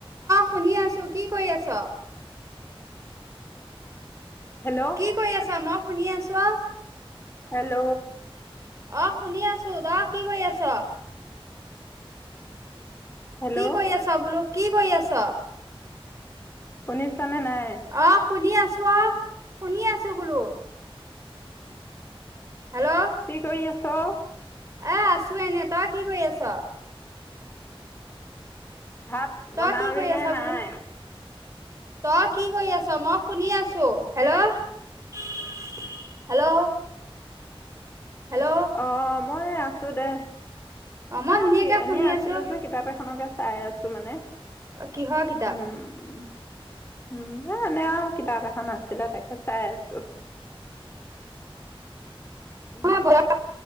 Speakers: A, on the right (about 30°); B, on the left (about 25°).
A: শুনি আছো কি কৰি আছ?
B: হেল্ল'
A: কি কৰি আছ মই শুনি আছো অ।
B: হেল্ল'।
A: অ শুনি আছো ত কি কৰি আছ।
B: হেল্ল'
A: কি কৰি আছ বোলো কি কৰি আছ?
B: শুনিছ নে নাই?
A: অ শুনি আছো অ শুনি আছো বোলো। হেল্ল'
B: কি কৰি আছ
A: এ আছো এনে তই কি কৰি আছ
B: ভাত
A: তই
B: বনালি
A: কি কৰি
B: নে
A: আছ
B: নাই
A: বোলো তই কি কৰি আছ মই শুনি আছো হেল্ল' হেল্ল' হেল্ল'
B: অ মই আছো দে
A: মই
B: অ'
A: ধুনীয়াকে
B: কি এনে
A: শুনি
B: আছিলো
A: আছো
B: যে কিতাপ এখনকে চাই আছো মানে
A: কিহৰ কিতাপ
B: উম উম এনেই আৰু কিতাপ এখন আছিলে তাকে চাই আছো <inaudible> উম
A: মই বজাব